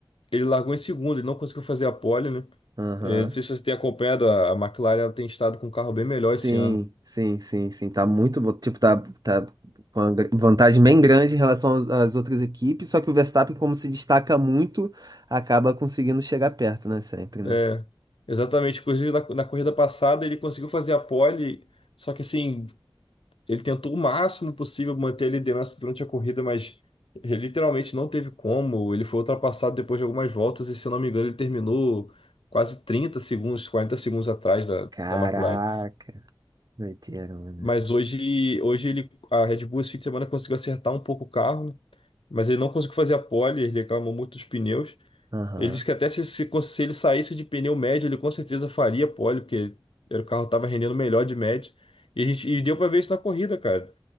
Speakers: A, on the left; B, on the right.
A: Ele largou em segundo, ele não conseguiu fazer a pole, né?
B: Aham.
A: Eh, não sei se você tem acompanhado, a a McLaren ela tem estado com um carro bem
B: Sim,
A: melhor esse ano.
B: sim, sim, sim. Tá muito bom. Tipo, tá, tá com uma gra- vantagem bem grande em relação aos- às outras equipes. Só que o Verstappen, como se destaca muito, acaba conseguindo chegar perto, né? Sempre, né?
A: É, exatamente. Inclusive, na, na corrida passada, ele conseguiu fazer a pole, só que assim, ele tentou o máximo possível manter a liderança durante a corrida, mas ele literalmente não teve como. Ele foi ultrapassado depois de algumas voltas, e se eu não me engano, ele terminou quase 30 segundos, 40 segundos atrás da,
B: Caraca,
A: da McLaren.
B: doideira, mano.
A: Mas hoje, hoje ele, a Red Bull esse fim de semana conseguiu acertar um pouco o carro, né? mas ele não conseguiu fazer a pole, ele reclamou muito dos pneus.
B: Aham,
A: Ele disse que até se, se, cons- se ele saísse de pneu médio, ele com certeza faria pole, porque era, o carro estava rendendo melhor de médio. E, a gente, e deu para ver isso na corrida, cara.